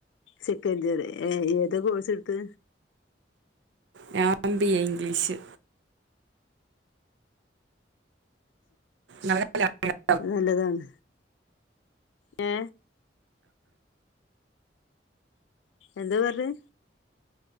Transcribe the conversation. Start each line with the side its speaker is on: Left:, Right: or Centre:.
Left: Second year. ഏ ഏതാ കോഴ്സ് എടുത്ത്.
Right: ഞാൻ ബി. എ. ഇംഗ്ലീഷ്. നല്ലല്ല <unintelligible>
Left: നല്ലതാണ്. ഏ. എന്താ പറഞ്ഞ്.